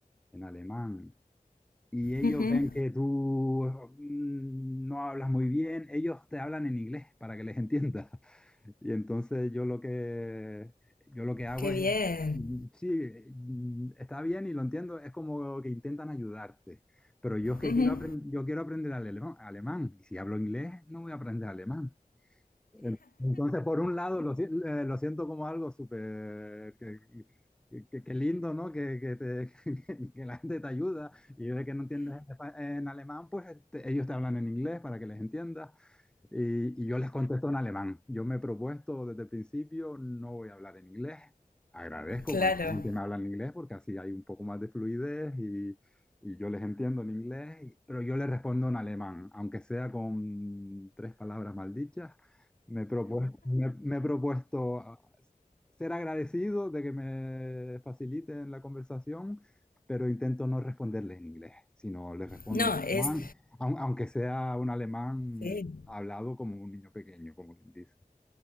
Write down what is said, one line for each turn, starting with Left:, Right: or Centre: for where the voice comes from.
Centre: en alemán y ellos
Left: Ujú.
Centre: ven que tú mm, no hablas muy bien, ellos te hablan en inglés para que les entiendas. <laughs> Y entonces yo lo que yo lo que hago
Left: Qué
Centre: es
Left: bien.
Centre: mm, sí, mm, está bien y lo entiendo, es como que intentan ayudarte, pero yo es que
Left: Ujú.
Centre: quiero aprender yo quiero aprender alema- alemán, y si hablo inglés no voy a aprender alemán. En- Entonces, por un lado, lo, si- eh, lo siento como algo súper que, que- que- que lindo, ¿no? Que, que te- <laughs> que la gente te ayuda y de que no entiendes en, espa- en alemán, pues te- ellos te hablan en inglés para que les entiendas. Y, y yo les contesto en alemán. Yo me he propuesto desde el principio, no voy a hablar en inglés. Agradezco
Left: Claro.
Centre: cuando la gente me habla en inglés porque así hay un poco más de fluidez y, y yo les entiendo en inglés, y- pero yo les respondo en alemán, aunque sea con tres palabras maldichas. Me he propuesto, me, me he propuesto ah, ser agradecido de que me faciliten la conversación, pero intento no responderles en inglés, sino les respondo
Left: No,
Centre: en alemán
Left: es
Centre: Aun- aunque sea un alemán
Left: Sí,
Centre: hablado como un niño pequeño, como quien dice.